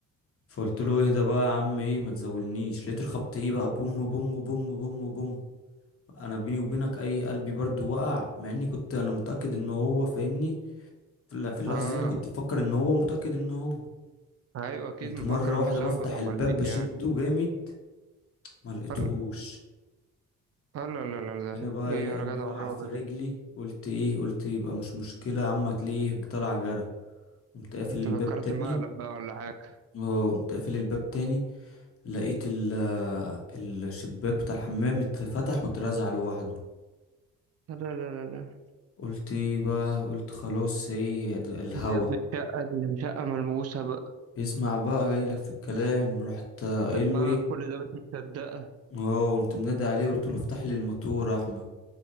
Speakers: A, on the left; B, on the right.
A: فقلت له اهدى بقى يا عم ايه ما تزولنيش لقيت الخبط ايه بقى بوم بوم بوم بوم بوم انا بيني وبينك اي قلبي برضو وقع مع اني كنت انا متأكد ان هو فاهمني لا في اللحظة
B: اه
A: دي أنا كنت بفكر إن هو متأكد إن هو
B: ايوه اكيد
A: كنت
B: مفكر
A: مرة
B: انه
A: واحدة
B: صاحبك
A: بفتح
B: امال
A: الباب
B: مين
A: بشده
B: يعني
A: جامد ما لقيتهوش
B: قال لا لا لا لا
A: هنا
B: ده
A: بقى
B: ايه
A: إيه
B: يا
A: قلبي
B: جدع
A: وقع
B: الرعب
A: في رجلي
B: ده
A: قلت إيه قلت يبقى مش مشكلة يا عم هتلاقيه طلع جرى قمت قافل
B: انت
A: الباب
B: فكرت
A: تاني
B: مقلب بقى ولا حاجة
A: اه قمت قافل الباب تاني لقيت ال الشباك بتاع الحمام اتفتح واترزع لوحده
B: لا لا لا لا لا.
A: قلت ايه بقى قلت خلاص ايه ده الهوا
B: دي يا ابني الشقة دي شقة ملموسة بقى
A: يسمع بقى جايلك في الكلام رحت قايله
B: ده دماغك
A: ايه
B: كل ده مش مصدقة
A: اه قمت منادي عليه قلت له افتح لي الماتور يا احمد